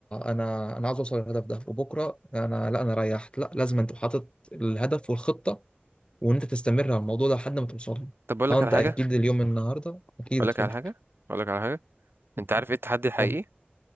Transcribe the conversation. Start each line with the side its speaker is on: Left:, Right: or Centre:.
Left: أنا أنا عاوز أوصل للهدف ده وبكرة أنا لا أنا ريحت لا لازم أنت حاطط الهدف والخطة وإن أنت تستمر على الموضوع ده لحد ما توصل له
Right: طب اقول
Left: أه
Right: لك
Left: أنت
Right: على حاجة
Left: أكيد اليوم النهاردة أكيد
Right: اقول
Left: اتفضل
Right: لك على حاجة اقول لك على حاجة انت عارف ايه التحدي الحقيقي
Left: اتفضل.